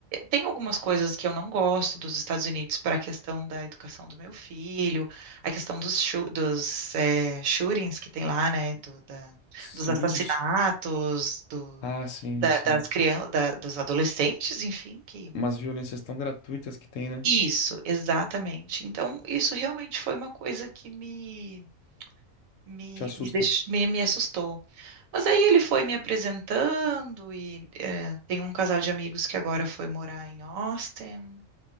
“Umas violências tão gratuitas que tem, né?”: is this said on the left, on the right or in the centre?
Left